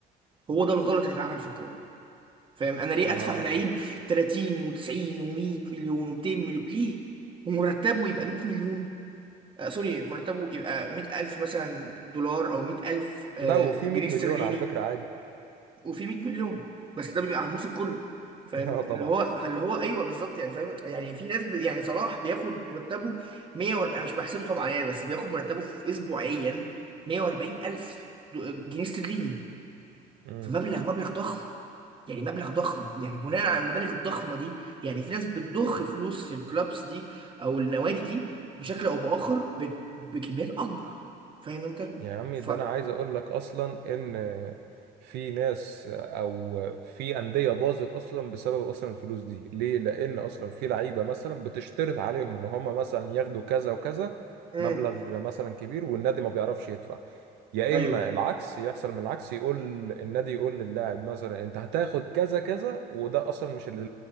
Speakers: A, on the right (about 30°); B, on the right (about 80°).
A: هو ده الغلط اللي اتعمل في الكوره فاهم انا ليه
B: ما
A: ادفع في لعيب
B: إت-
A: 30 و90 و100 مليون و200 مليون ليه ومرتبه يبقى 100 مليون آه سوري مرتبه يبقى 100000 مثلا دولار او 100000 آه
B: لو في
A: جنيه
B: 100
A: استرليني
B: مليون على فكرة عادي
A: وفي 100 مليون بس ده بيبقى على الموسم كله فاهم
B: <laughs> اه
A: فاللي
B: طبعا
A: هو اللي هو ايوه بالظبط يعني فاهم يعني في ناس ب... يعني صلاح بياخد مرتبه 140 انا مش بحسبه طبعا يعني بس بياخد مرتبه في اسبوعيا 140 الف دو- جنيه استرليني
B: مم.
A: فمبلغ مبلغ ضخم يعني مبلغ ضخم يعني بناء على المبالغ الضخمه دي يعني في ناس بتضخ فلوس في الكلابس دي او النوادي دي بشكل او باخر ب... بكميات اكبر فاهم انت
B: يا عمي
A: ف
B: ده انا عايز اقول لك اصلا ان في ناس او في انديه باظت اصلا بسبب اصلا الفلوس دي ليه لان اصلا في لعيبه مثلا بتشترط عليهم ان هم مثلا ياخدوا كذا وكذا
A: امم
B: مبلغ مثلا كبير والنادي ما بيعرفش يدفع يا
A: ايوه
B: اما العكس يحصل من العكس يقول النادي يقول للاعب مثلا انت هتاخد كذا كذا وده اصلا مش اللي